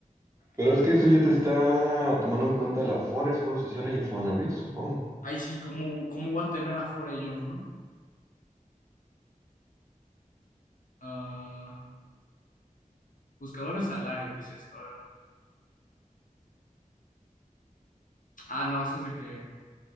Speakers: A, on the right (about 20°); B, on the left (about 70°).
A: Pero
B: A ver
A: es que eso ya te está tomando en cuenta el Afore, Seguro Social e Infonavit, supongo.
B: Ay, sí, ¿cómo, cómo voy a tener Afore yo, no? Ah, buscador de salario, ¿qué es esto? A ver. Ah, no, eso es de que.